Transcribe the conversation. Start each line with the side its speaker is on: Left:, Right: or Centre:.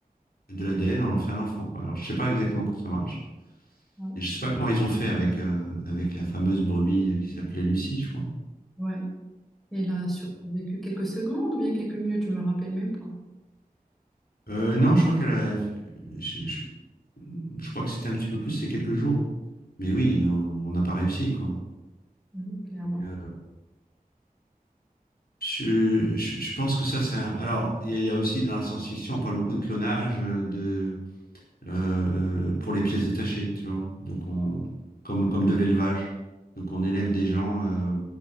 Left: de l'ADN, on en fait un enfant, quoi. Alors, je sais pas exactement comment ça marche.
Centre: ouais.
Left: Et je sais pas comment ils ont fait avec, euh, avec la fameuse brebis euh, qui s'appelait Lucie, je crois.
Centre: ouais. Et là, survécu quelques secondes ou bien quelques minutes, je me rappelle même pas,
Left: Euh, non, je crois qu'elle a, je, je- je crois que c'était un petit peu plus, c'est quelques jours. Mais oui, on on n'a pas réussi, quoi.
Centre: Oui, clairement.
Left: Euh, Je, je- je pense que ça, c'est un... Alors, il y, a il y a aussi dans la science-fiction, on parle beaucoup de clonage euh, de, euh, pour les pièces détachées, tu vois. Donc, on, comme, comme de l'élevage. Donc, on élève des gens, euh,